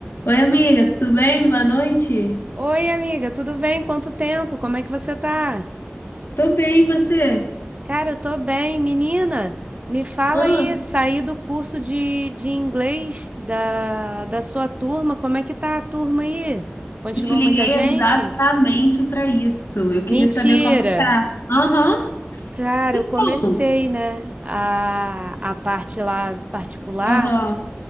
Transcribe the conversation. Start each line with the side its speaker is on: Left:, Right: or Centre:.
Left: Oi, amiga, tudo bem? Boa noite.
Right: Oi, amiga, tudo bem? Quanto tempo? Como é que você tá?
Left: Tô bem, e você?
Right: Cara, eu tô bem. Menina, me fala
Left: Ah,
Right: aí, saí do curso de, de inglês da, da sua turma, como é que tá a turma aí? Continua
Left: eu te liguei
Right: muita gente?
Left: exatamente pra isso. Eu queria
Right: Mentira!
Left: saber como que tá. Aham,
Right: Cara,
Left: então.
Right: eu comecei, né, a, a parte lá particular.
Left: Aham,